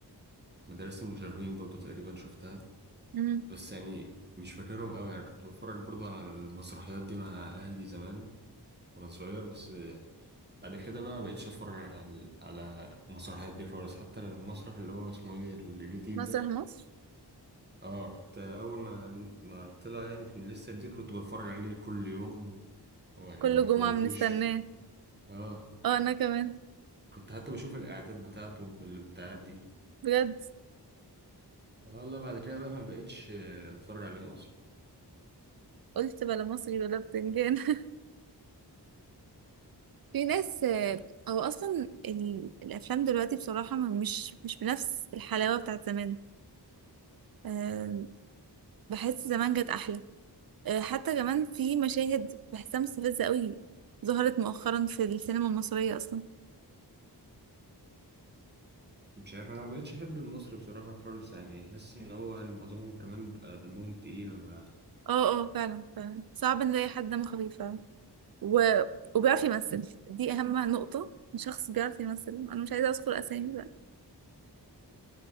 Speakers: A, on the right (about 25°); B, on the right (about 60°).
A: ومدرسة المشاغبين برضه تقريبا شفتها
B: مم.
A: بس يعني مش فاكرهم قوي يعني كنت بتفرج برضه على المسرحيات دي مع أهلي زمان وانا صغير بس بعد كده بقى مبقتش اتفرج على على المسرحيات دي خالص حتى المسرح اللي هو اسمه ايه الجديد
B: مسرح
A: ده
B: مصر
A: اه كنت اول ما ما طلع يعني كان لسه جديد كنت بتفرج عليه كل يوم ويعني
B: كل
A: ما بفوتلوش
B: جمعة بنستناه
A: اه
B: اه انا كمان
A: كنت حتى بشوف الإعداد بتاعته بالبتاعات دي
B: بجد
A: انا والله بعد كده بقى ما بقتش آه، اتفرج عليهم اصلا
B: قلت بلا مصري بلا بتنجان <laughs> في ناس آه، هو اصلا ال- الافلام دلوقتي بصراحة ما- مش مش بنفس الحلاوة بتاعت زمان آم، بحس زمان جت احلى آه، حتى كمان في مشاهد بحسها مستفزة قوي ظهرت مؤخرا في السينما المصرية أصلا
A: مش عارف انا ما بقتش احب المصري بصراحه خالص يعني احس ان هو يعني معظمهم كمان بيبقى دمهم تقيل بقى
B: اه اه فعلا فعلا صعب نلاقي حد دمه خفيف فعلا و... وبيعرف يمثل دي أهم نقطة شخص بيعرف يمثل أنا مش عايزة أذكر أسامي بقى